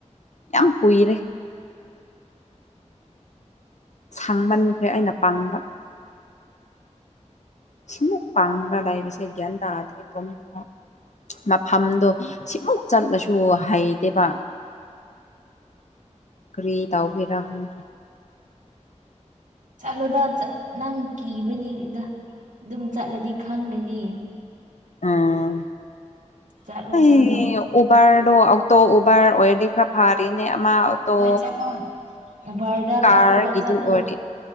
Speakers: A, on the left; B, on the right.
A: ꯌꯥꯝ ꯀꯨꯏꯔꯦ ꯁꯥꯡꯃꯟꯈꯔ‌ꯦ ꯑꯩꯅ ꯄꯥꯡꯕ ꯁꯤꯃꯨꯛ ꯄꯥꯒꯗꯥꯥꯏꯕꯤꯁꯦ <unintelligible> ꯌꯦꯗꯥꯗ꯭ꯔꯦ ꯇꯣꯡꯝꯗꯨꯀ ꯃꯐꯝꯗꯣ ꯁꯤꯃꯨꯛ ꯆꯠꯂꯁꯨ ꯍꯩꯗꯦꯕ ꯀ꯭ꯔꯤ ꯇꯥꯎꯕꯩꯔꯥ ꯈꯪꯗ‌ꯦ
B: ꯆꯠꯂꯣꯗ ꯅꯪ ꯀꯤꯕꯅꯤꯗ ꯑꯗꯨꯝ ꯆꯠꯂꯗꯤ ꯈꯪꯒꯅꯤ
A: ꯎꯝ
B: ꯆꯠꯂꯣ
A: ꯑꯩ
B: ꯆꯠꯂꯣ
A: ꯎꯕꯔꯗꯣ ꯑꯣꯛꯇꯣ ꯎꯕꯔ ꯑꯣꯏꯔꯗꯤ ꯈꯔ ꯐꯥꯔꯤꯅꯦ ꯑꯃ ꯇꯣ
B: ꯍꯣꯏ ꯆꯠꯂꯣ ꯎꯕꯔꯗ
A: ꯀꯥꯔꯒꯤꯗꯨ
B: ꯀꯛꯂꯒ ꯆꯠꯂꯣ
A: ꯑꯣꯏꯔꯗꯤ